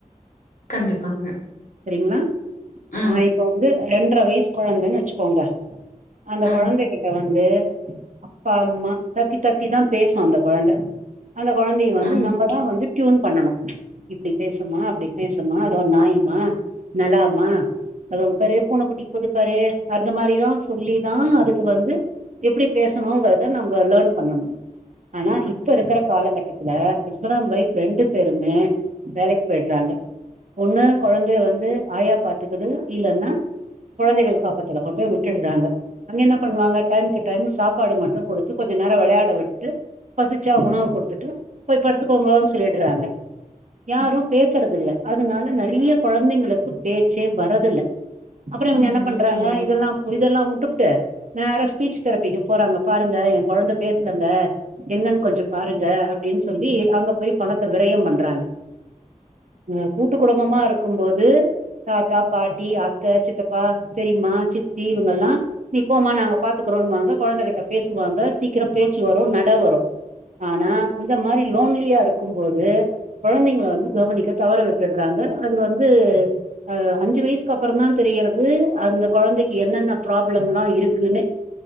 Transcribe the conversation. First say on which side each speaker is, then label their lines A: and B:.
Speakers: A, on the left; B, on the right.
A: கண்டிப்பாங்க
B: சரிங்ளா
A: ம்,
B: ஆ இப்ப வந்து ரெண்ட்ர வயசு கொழந்தன் வெச்சுக்கோங்க அந்த
A: ம்,
B: கொழந்தைகிட்ட வந் து அப்பா அம்மா தக்கி தக்கிதா பேசு அந்த கொழந்த அந்த கொழந்தைய வந்து
A: ம்,
B: நம்ப ட்யூன் பண்ணனு இப்படி பேசுமா அப்படி பேசுமா அது ஒரு நாய்மா நெலாமா அதோ அங்க பாரு பூன குட்டி போகுது பாரு அந்த மாரி எல்லா சொல்லிதா அதுக்கு வந்து எப்படி பேசணுங்கிறத நம்ம லேர்ன் பண்ணணு ஆனா இப்ப இருக்கிற காலகட்டத்துல ஹஸ்பண்ட் அண்ட் ஒய்ஃப் ரெண்டு பேருமே வேலைக்கு போயிடுறாங்க ஒண்ணு கொழந்தைய வந்து ஆயா பாத்துக்குது இல்லன்னா குழந்தைகள் காப்பத்துல கொண்டு போய் விட்டுர்றாங்க அங்க என்ன பண்ணுவாங்க டைமுக்கு டைம் சாப்பாடு மட்டு குடுத்து கொஞ்ச நேர வெளையாட விட்டுட்டு பசிச்சா உணவு குடுத்துட்டு போய் படுத்துக்கோங்கோன் சொல்லிர்றாங்க யாரு பேசுறது இல்ல அதனால நெறைய கொழந்தைங்களுக்கு பேச்சே வர்றதில்ல அப்பற இவங்க
A: ம்.
B: என்ன பண்றாங்க
A: நிச்சயமா,
B: இதெல்லாம் இதெல்லா உட்டுபுட்டு நேரா ஸ்பீச் தெரபிக்கு போறாங்க பாருங்க எ கொழந்த பேசுலங்க என்னன் கொஞ்ச பாருங்க அப்டின்னு சொல்லி அங்க போய் பணத்த விரயம் பண்றாங்க அ கூட்டு குடும்பமா இருக்கும்போது தாத்தா பாட்டி அத்த சித்தப்பா பெரிம்மா சித்தி இவங்கல்லா நீ போமா நாங்க பாத்துக்றோன் வாங்க கொழந்த கிட்ட பேசுவாங்க சீக்கர பேச்சு வரு நட வரு ஆனா இந்த மாரி லோன்லியா இருக்கும்போது கொழந்தைங்கள வந்து கவனிக்க தவற விட்டுடுறாங்க அது வந்து அ அஞ்சு வயசுக்கு அப்பறந்தா தெரியறது அந்த கொழந்தைக்கு என்னென்ன ப்ராப்ளம்லா இருக்குன்னு